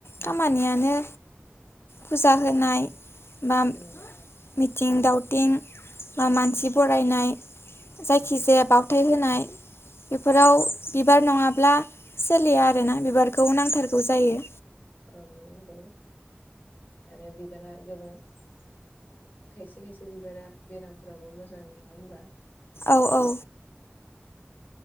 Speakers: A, on the left; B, on the left.
A: खामानियानो फुजा होनाय बा
B: औ
A: मिथिं दावथिं बा
B: औ
A: मानसि बरायनाय जायखिजाया
B: औ
A: बावथाय होनाय बेफोराव बिबार नङाब ब्ला सोलिया आरोना बिबारखौ नांथारगौ जायो।
B: औ नोंगौ आरो बिबारा गोबां खायसे खायसे बिबारा बेरामफोरावबो मोजां नङा होमबा
A: औ औ